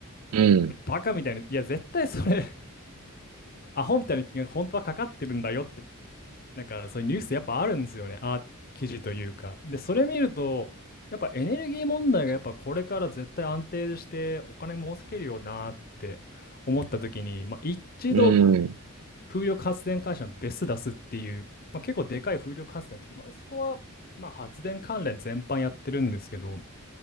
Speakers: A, on the right (about 75°); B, on the left (about 40°).
A: うん。
B: バカみたいに、いや、絶対それ、アホみたいな金額本当はかかってるんだよってなんかそういうニュースやっぱあるんですよね。あ、記事というか。で、それ見ると、やっぱエネルギー問題がやっぱこれから絶対安定してお金も稼げるよなって思った時に、まあ、一度
A: うん。
B: 風力発電会社のベス出すっていう、まあ、結構でかい風力発電とか、まあ、そこはまあ発電関連全般やってるんですけど、